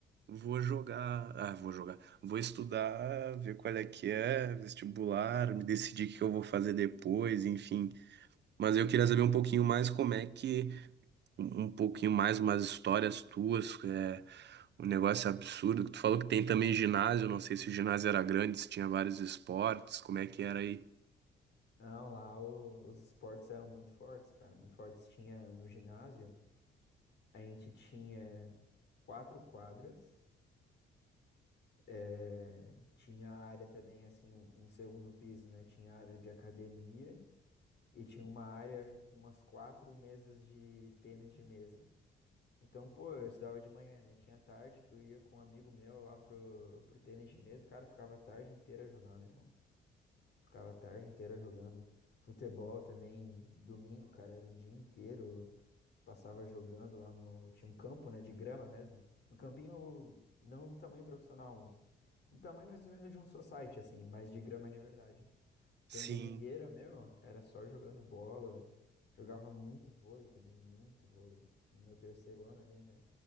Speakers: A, on the right (about 60°); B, on the left (about 60°).
A: vou jogar, ah, vou jogar, vou estudar, ver qual é que é, vestibular, me decidir o que eu vou fazer depois, enfim. Mas eu queria saber um pouquinho mais como é que um um pouquinho mais umas histórias tuas, é um negócio absurdo que tu falou que tem também ginásio, não sei se o ginásio era grande, se tinha vários esportes, como é que era aí?
B: Não, lá o- os esportes eram muito fortes, cara, muito fortes. Tinha no ginásio, a gente tinha quatro quadras, eh, tinha a área também, assim, um, um segundo piso, né? Tinha a área de academia e tinha uma área com umas quatro mesas de tênis de mesa. Então, pô, eu estudava de manhã, né? Tinha tarde que eu ia com um amigo meu lá pro, pro tênis de mesa, cara, eu ficava a tarde inteira jogando, irmão. Ficava a tarde inteira jogando. Futebol também, domingo, cara, era o dia inteiro. Passava jogando lá no. Tinha um campo, né, de grama mesmo. Um campinho não do tamanho profissional. Do tamanho mais ou menos de um society, assim, mas de grama de verdade. Então,
A: Sim,
B: domingueira, meu, era só jogando bola. Jogava muito vôlei também, muito vôlei. No meu terceiro ano ali, né?